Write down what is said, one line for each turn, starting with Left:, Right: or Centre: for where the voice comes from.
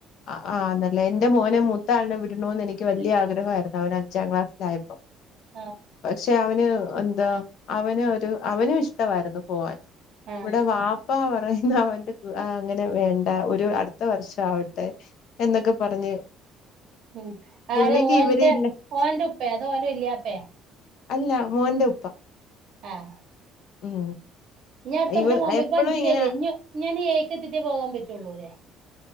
Left: ആ ആ്ന്നല്ല എന്റെ മോനെ മൂത്താളിനെ വിടണന്ന് എനിക്ക് വലിയ ആഗ്രഹമായിരുന്നു അവന് അഞ്ചാം ക്ലാസ്സിലായ
Right: ആഹ്
Left: പക്ഷെ അവന് എന്താ അവന ഒരു അവനും ഇഷ്ടമായിരുന്നു പോവാൻ
Right: ആഹ്
Left: ഇവിടെ അപ്പ പറയുന്ന അവന്റെ അങ്ങനെ വേണ്ട ഒരു അടുത്ത വർഷം ആവട്ടെ എന്നൊക്കെ പറഞ്ഞ്
Right: ഉ
Left: പുള്ളിക്ക്
Right: ആര് ഓന്റെ
Left: ഇവരില്ല
Right: ഓറെ ഉപ്പ അത് ഓലെ ഇല്ലപ്പയാ
Left: അല്ല മോന്റെ ഉപ്പ
Right: ആഹ
Left: ഉം
Right: ഇനി അടുത്ത വർഷം
Left: ഇവർ
Right: പോകൻ പറ്റ
Left: എപ്പഴും
Right: അഞ്ചിലേല്ലേ
Left: ഇങ്ങനെ
Right: ഇനി ഞാൻ ഏക്കത്തിറ്റേ പോകാൻ പറ്റുള്ളൂല്ലേ